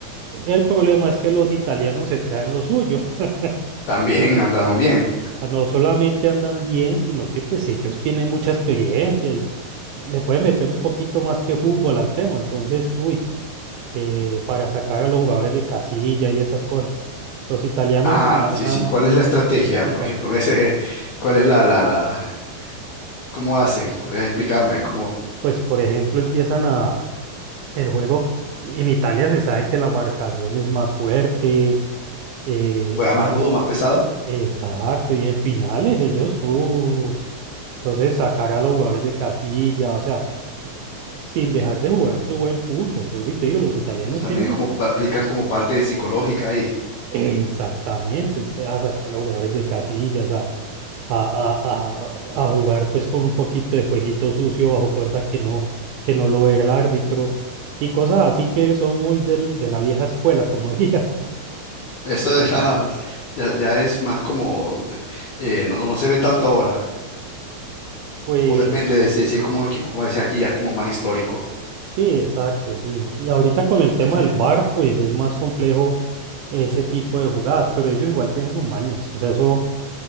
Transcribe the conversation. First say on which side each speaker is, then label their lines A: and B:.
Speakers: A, on the right; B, on the left.
A: El problema es que los italianos se traen lo suyo. <laughs>
B: también
A: Ellos
B: andan bien.
A: ah, no solamente andan bien, sino que pues ellos tienen mucha experiencia y le pueden meter un poquito más que fútbol al tema. Entonces, uy, eh, para sacar a los jugadores de casilla y esas cosas. Los italianos
B: Ah,
A: manejan...
B: sí, sí. ¿Cuál es la estrategia?
A: mística.
B: Por ejemplo, en ese, ¿cuál es la, la, la, cómo hacen? ¿Podrías explicarme? ¿Cómo
A: Pues, por ejemplo, empiezan a el juego. En Italia se sabe que la marcación es más fuerte. eh,
B: juega más
A: Ajá.
B: rudo, más pesado?
A: exacto. Y en finales ellos, uh, entonces sacar a los jugadores de casilla, o sea, sin dejar de jugar su buen fútbol. Vuelvo y te digo, los italianos
B: Mm, También
A: tienen
B: como pa- aplican como parte psicológica ahí.
A: exactamente entonces, a sacar a los jugadores de casillas, a, a, a- a- a jugar pues con un poquito de jueguito sucio bajo cuerda que no, que no lo ve el árbitro y cosas así que son muy del, de la vieja escuela, como diría. <laughs>
B: Eso de <laughs> la- ya, ya es más como, eh, no, no no se ve tanto ahora.
A: Pues
B: O depende de si, si es como un equipo, como decía aquí, ya es como más histórico.
A: sí, exacto, sí. Y ahorita con el tema
B: Ya tiene-
A: del bar pues es más complejo ese tipo de jugadas, pero ellos igual tienen sus mañas, o sea, eso,